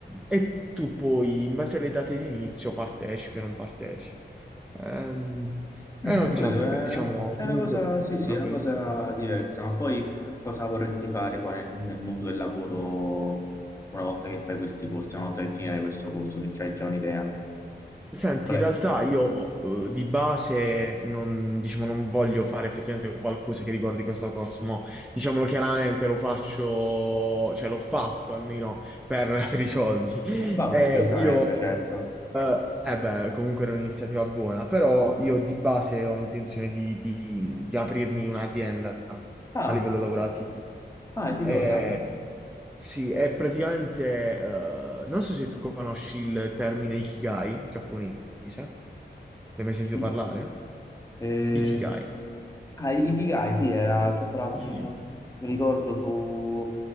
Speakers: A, in the centre; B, on the left.
A: e tu poi, in base alle date di inizio, partecipi o non partecipi. Ehm, è
B: Mm,
A: una
B: ho
A: cosa
B: capito,
A: figa,
B: è,
A: diciamo,
B: è
A: comunque
B: una cosa, sì, sì,
A: una
B: è una
A: bella...
B: cosa
A: iniziativa.
B: diversa, ma poi cosa vorresti fare poi nel, nel mondo del lavoro una volta che fai questi corsi, una volta che finirai questo corso, se c'hai già un'idea?
A: Senti,
B: Qual
A: in
B: è?
A: realtà io eh, di base non, diciamo, non voglio fare effettivamente qualcosa che riguardi questo corso, mo, diciamolo chiaramente, lo faccio, cioè l'ho fatto almeno per, <laughs> per i soldi.
B: Vabbè,
A: Eh,
B: giustamente,
A: io
B: certo.
A: eh, eh beh, comunque era un'iniziativa buona, però io di base ho intenzione di, di- di aprirmi un'azienda
B: Ah,
A: a livello lavorativo.
B: ah, e di
A: Eh,
B: cosa?
A: sì, è praticamente, eh, non so se tu conosci il termine Ikigai giapponese, ne hai mai sentito
B: Chi?
A: parlare?
B: Eh,
A: Ikigai.
B: ah, Ikigai, sì, era tutta la...
A: Ikigai.
B: mh, mi ricordo su...